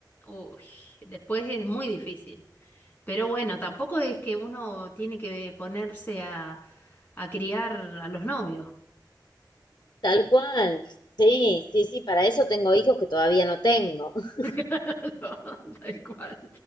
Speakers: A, on the left; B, on the left.
A: uy, después es muy difícil. Pero bueno, tampoco es que uno tiene que ponerse a, a criar a los novios.
B: Tal cual. Sí, sí, sí, para eso tengo hijos que todavía no tengo. <laughs>
A: <laughs> No, tal cual.